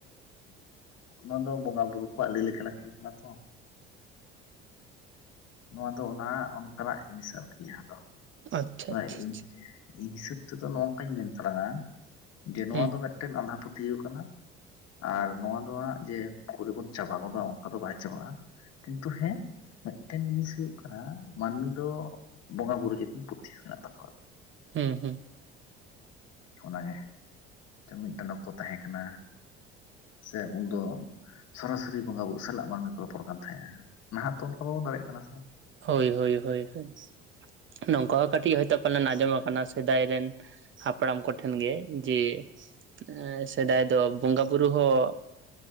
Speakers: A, on the left; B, on the right.
A: ᱚᱱᱟ ᱫᱚ ᱵᱚᱸᱜᱟ ᱵᱩᱨᱩ ᱠᱚᱣᱟᱜ ᱞᱤᱞᱟᱹ ᱠᱷᱮᱞᱟ ᱠᱷᱮᱞ ᱠᱟᱱᱟ ᱛᱚ, ᱱᱚᱣᱟ ᱫᱚ ᱚᱱᱟ ᱚᱱᱠᱟᱱᱟᱜ ᱡᱤᱱᱤᱥ ᱟᱨᱠᱤ ᱡᱟᱦᱟᱸ ᱫᱚ
B: ᱟᱪᱪᱷᱟ
A: ᱱᱚᱣᱟ
B: ᱟᱪᱪᱷᱟ
A: ᱤᱧ
B: ᱟᱪᱪᱷᱟ
A: ᱤᱧ ᱦᱤᱥᱟᱹᱵ ᱛᱮᱫᱚ ᱱᱚ ᱱᱚᱝᱠᱟᱧ ᱢᱮᱱ ᱛᱟᱞᱟᱝᱟ ᱡᱮ ᱱᱚᱣᱟ
B: ᱦᱩᱸ
A: ᱫᱚ ᱢᱤᱫ ᱢᱤᱫᱴᱮᱱ ᱟᱸᱫᱷᱟ ᱯᱟᱹᱛᱭᱟᱹᱣ ᱠᱟᱱᱟ᱾ ᱟᱨ ᱱᱚᱣᱟ ᱫᱚ ᱦᱟᱜ ᱡᱮ ᱦᱩᱴ ᱠᱚᱨᱮ ᱵᱚᱱ ᱪᱟᱵᱟ ᱜᱚᱫᱟ ᱚᱱᱠᱟ ᱫᱚ ᱵᱟᱭ ᱪᱟᱵᱟᱜᱼᱟ᱾ ᱠᱤᱱᱛᱩ ᱦᱮᱸ ᱢᱤᱫᱴᱮᱱ ᱡᱤᱱᱤᱥ ᱦᱩᱭᱩᱜ ᱠᱟᱱᱟ ᱢᱟᱹᱱᱢᱤ ᱫᱚ ᱵᱚᱸᱜᱟ ᱵᱩᱨᱩ ᱪᱮᱛᱚᱱ ᱯᱟᱹᱛ ᱯᱟᱹᱛᱭᱟᱹᱣ ᱢᱮᱱᱟᱜ ᱛᱟᱠᱚᱣᱟ᱾
B: ᱦᱮᱸ ᱦᱩᱸ
A: ᱚᱱᱟᱜᱮ ᱢᱤᱫᱴᱟᱨ ᱚᱠᱛᱚ ᱛᱟᱦᱮᱸ ᱠᱟᱱᱟ ᱥᱮ ᱩᱱᱫᱚ ᱥᱚᱨᱟᱥᱚᱨᱤ ᱵᱚᱸᱜᱟ ᱵᱩᱨᱩ ᱥᱟᱞᱟᱜ ᱢᱟᱹᱱᱢᱤ ᱠᱚ ᱨᱚᱯᱚᱲ ᱠᱟᱱ ᱛᱟᱦᱮᱸᱜᱼᱟ᱾ ᱱᱟᱦᱟᱜ ᱛᱚ ᱚᱱᱠᱟ ᱵᱟᱵᱚᱱ ᱫᱟᱲᱮᱭᱟᱜ ᱠᱟᱱᱟ ᱥᱮ᱾
B: ᱦᱳᱭ ᱦᱳᱭ ᱦᱳᱭ ᱦᱳᱭ ᱱᱟᱝᱠᱟ ᱦᱚᱸ ᱠᱟᱹᱴᱤᱡ ᱦᱚᱭᱛᱳ ᱯᱟᱞᱮᱱ ᱟᱸᱡᱚᱢ ᱟᱠᱟᱱᱟ ᱥᱮᱫᱟᱭ ᱨᱮᱱ ᱦᱟᱯᱲᱟᱢ ᱠᱚᱴᱷᱮᱱ ᱜᱮ ᱡᱮ ᱮ ᱥᱮᱫᱟᱭ ᱫᱚ ᱵᱚᱸᱜᱟ ᱵᱩᱨᱩ ᱦᱚᱸ